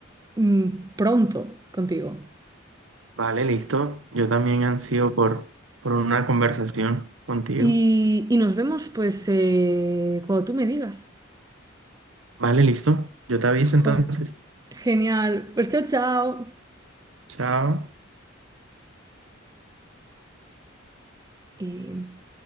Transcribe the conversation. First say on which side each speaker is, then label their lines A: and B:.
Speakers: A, on the right (about 20°); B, on the right (about 85°).
A: mm, pronto contigo.
B: vale, listo. Yo también ansío por, por una conversación contigo.
A: Y, y nos vemos, pues, eh, cuando tú me digas.
B: Vale, listo. Yo te aviso entonces.
A: Jo, genial. Pues chao, chao.
B: Chao.
A: Y